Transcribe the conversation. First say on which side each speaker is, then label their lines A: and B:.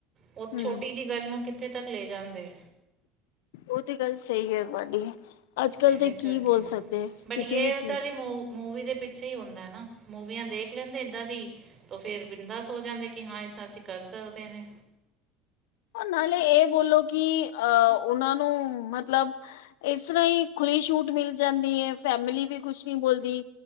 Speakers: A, on the right; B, on the left.
A: ਓ
B: ਹਮ
A: ਛੋਟੀ ਜੇਈ ਗੱਲ ਨੂੰ ਕਿੱਥੇ ਤੱਕ ਲੈ ਜਾਂਦੇ।
B: ਓ ਤੇ ਗੱਲ ਸ‌ਈ ਏ ਤੁਆਡੀ। ਅੱਜ ਕੱਲ
A: ਇਹਦੇ
B: ਤਾਂ
A: ਕਰਕੇ
B: ਕੀ ਬੋਲ ਸਕਦੇ,
A: ਬਟ
B: ਕਿਸੇ
A: ਯੇ
B: ਵੀ ਚੀਜ਼
A: ਸਾਰੀ ਮੂ ਮੂਵੀ ਦੇ ਪਿੱਛੇ ਈ ਹੁੰਦਾ ਐ ਨਾ। ਮੂਵੀਆਂ ਦੇਖ ਲੈਂਦੇ ਏਦਾਂ ਦੀ। ਤੋ ਫੇਰ ਬਿੰਦਾਸ ਹੋ ਜਾਂਦੇ ਕਿ ਹਾਂ ਇਸ ਤਾ ਅਸੀਂ ਕਰ ਸਕਦੇ ਨੇ।
B: ਨਾਲੇ ਏ ਬੋਲੋ ਕੀ ਅਹ ਓਨਾਂ ਨੂੰ ਮਤਲਬ- ਏਸ ਰ੍ਹਾਂ ਹ‌ਈ ਖੁੱਲੀ ਛੂਟ ਮਿਲ ਜਾਂਦੀ ਐ। ਫੈਮਲੀ ਵੀ ਕੁਛ ਨੀ ਬੋਲਦੀ।